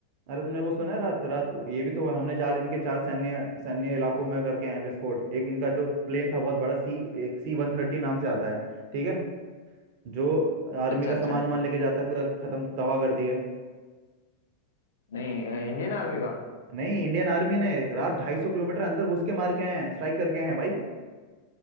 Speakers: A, on the right; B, on the left.
A: अरे तुमने वो सुना है रात रात ये भी तो हुआ हमने चार इनके चार सैन्य सैन्य इलाकों में करके आए हैं विस्फोट एक इनका जो प्लेन था बहुत बड़ा सी एक सी वन थर्टी नाम से आता है ठीक है जो आर्मी
B: अच्छा
A: का
B: अच्छा
A: सामान वामान लेके जाता है पूरा खत्म तबाह कर दिया है।
B: नहीं इंडियन आर्मी का
A: नहीं इंडियन आर्मी ने रात ढाई सौ किलोमीटर अंदर घुस के मार के आए हैं स्ट्राइक करके आए हैं भाई